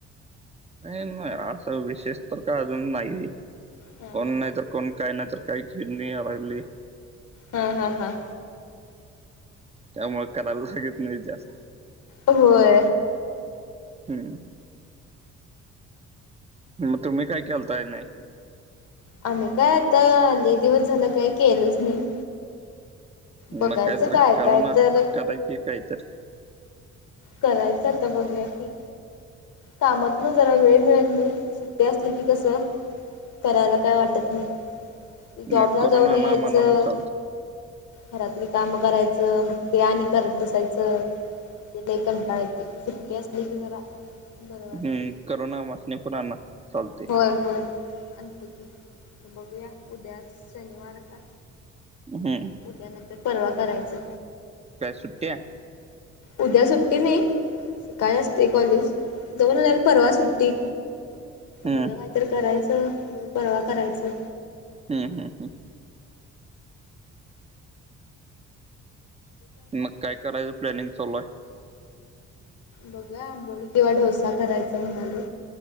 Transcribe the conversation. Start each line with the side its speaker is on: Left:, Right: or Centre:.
Right: काही नाही असं विशेष तर का अजून नाही
Left: हा
Right: पण
Left: हा.
Right: नाही तर कोण काय नाहीतर काही घेऊन नाही आवरली
Left: हा हा हा
Right: त्यामुळ करायला लागत नाही जास्त.
Left: होय
Right: हम्म मग तुम्ही काय केलताय नाही
Left: आम्ही काय आता लई दिवस झालं काय केलंच नाही.
Right: मग
Left: बघायचं
Right: काय तरी करुणा
Left: काय तर
Right: करायची काय तरी
Left: करायचं आता बघूया की, कामात न. जरा वेळ मिळत नाही सुट्टी असली की कसं? करायला काय वाटत नाही जॉबला
Right: मग करून
Left: जाऊन
Right: आणा
Left: यायचं.
Right: म्हणा म्हणून चालत.
Left: घरातली काम करायचं मग ते आणि करत बसायचं. लई कंटाळ येतय सुट्टी असली की जरा. बरं वाटते.
Right: हम्म करून आम्हासनी पण आता चालतय.
Left: हा होय आणतो की, बघूया उद्या शनिवार आता.
Right: हम्म
Left: उद्यानंतर परवा करायचं
Right: काय आज सुट्टी आहे.
Left: उद्या सुट्टी नाही सकाळी असतय कॉलेज जाऊन आल्यावर परवा सुट्टी.
Right: हम्म
Left: उद्या कायतर करायचं नाही तर परवा करायचं.
Right: हम्म हम्म हम्म मग काय करायचं प्लॅनिंग चालूय
Left: बघूया आंबोळी किंवा डोसा करायच म्हणालोय